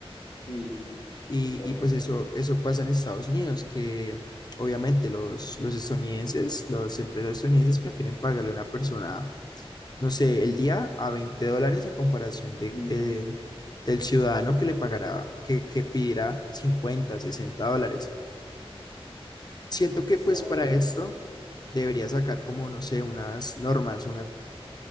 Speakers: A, on the left; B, on the left.
A: Sí, sí,
B: Y,
A: totalmente.
B: y pues eso, eso pasa en Estados Unidos, que obviamente los, los estadounidenses, las empresas estadounidenses prefieren pagarle a una persona, no sé, el día a 20 dólares a comparación de,
A: Ujú,
B: de- del ciudadano que le pagará, que, que pedirá 50 60 dólares. Siento
A: exacto.
B: que pues para esto debería sacar como, no sé, unas normas, unas